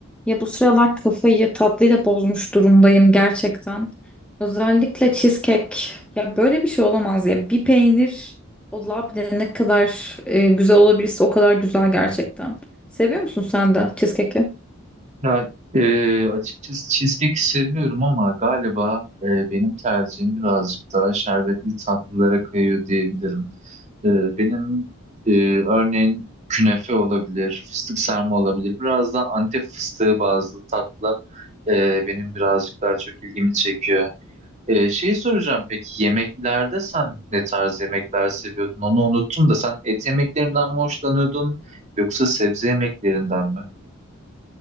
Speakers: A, in the centre; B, on the right.
A: Ya bu sıralar kafayı tatlıyla bozmuş durumdayım gerçekten. Özellikle cheesecake. Ya böyle bir şey olamaz ya. Bir peynir o labne ne kadar e, güzel olabilirse o kadar güzel gerçekten. Seviyor musun sen de cheesecake'i?
B: Ya e, açıkçası cheesecake seviyorum ama galiba e, benim tercihim birazcık daha şerbetli tatlılara kayıyor diyebilirim. E, benim e, örneğin künefe olabilir, fıstık sarma olabilir. Biraz da Antep fıstığı bazlı tatlılar e, benim birazcık daha çok ilgimi çekiyor. E, şey soracağım peki yemeklerde sen ne tarz yemekler seviyordun? Onu unuttum da sen et yemeklerinden mi hoşlanıyordun yoksa sebze yemeklerinden mi?